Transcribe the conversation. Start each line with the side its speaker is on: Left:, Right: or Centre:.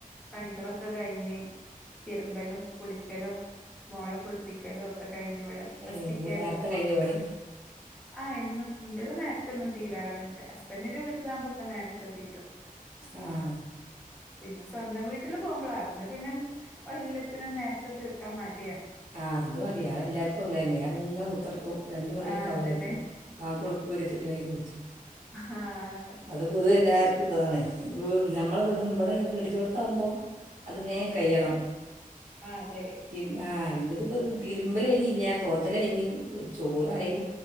Centre: പണികളൊക്കെ കയിഞ് തിരുമ്പലും കുളിക്കലും മോളെ കുളിപ്പിക്കലും ക്കെ കഴിഞ് ഇവിടെ <inaudible>
Right: ഏ ഇന്ന്
Centre: ആായിരുന്നുപ്പം
Right: നേരത്തെ കഴിഞ്ഞോ പണി
Centre: ആഹ് എന്നും എന്റെ ത് നേരത്തെന്നും തീരാ റുണ്ട് പെണ്ണിന്റെ ന്റെ വീട്ടിലാകുമ്പോ ഒ ക്കെ നേരത്തെ തീരും
Right: ആഹ
Centre: പിന്നെ സ്വന്തം വീട്ടിൽ പോകുമ്പോളാന്ന് പിന്നെ എല്ലാ ത്തിനും നേരത്തെ തീർക്കാൻ മടി
Right: ആ അതു മഡി യാ എല്ലാവർക്കും അങ്ങനെ തന്നെയ അങ്ങങ് കുത്തിഇരി ക്കും രണ്ട്‌ മണിയൊക്കെ
Centre: ആഹ്
Right: ആകും
Centre: അതന്നെ
Right: ചിലപ്പം വാങ്ങി കൊടുതിട്ടൊക്കെ കുളിക്കാൻ
Centre: ആഹ
Right: അത് പൊതുവ എല്ലാവർക്കുംള്ളതാണ് നമ്മള് ഇവിടെ ഇവിടെ അടിച്ചു പടുത്താാവുമ്പോൾ അത് വേഗം കഴി യ ണം
Centre: ആഹ് അതെ
Right: ഇ ആഹ് ഇ ഇത്പ്പോ തിരുമ്പല ഇല്ല തോത്തല് കഴിഞ്ഞു ഞ്ഞഞ് ചോറായി